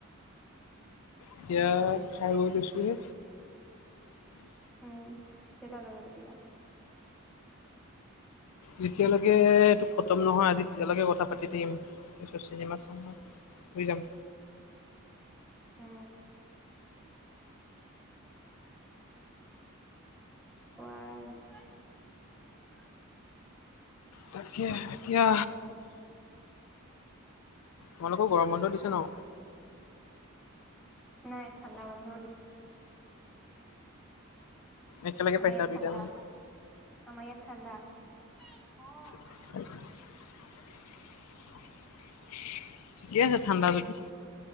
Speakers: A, on the left; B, in the centre.
A: এতিয়া খাই বৈ লৈছো হে।
B: উম' কেইটা লৈকে পিটিবা?
A: যেতিয়ালৈকে এইটো খতম নহয় আজি, তেতিয়ালৈকে কথা পাতি থাকিম, তাৰপিছত চিনেমা চাম আৰু। শুই যাম।
B: অ। কয়া।
A: তাকে এতিয়া। তোমালোকৰ গৰম বন্ধ দিছে ন?
B: নাই ঠাণ্ডা বন্ধও দিছে।
A: একেলগে পাইছা
B: আমাৰ ইয়াত
A: দুইটা
B: ঠাণ্ডা,
A: মানে।
B: আমাৰ ইয়াত ঠাণ্ডা, অ।
A: <inaudible> ঠিকে আছে ঠাণ্ডা যদি।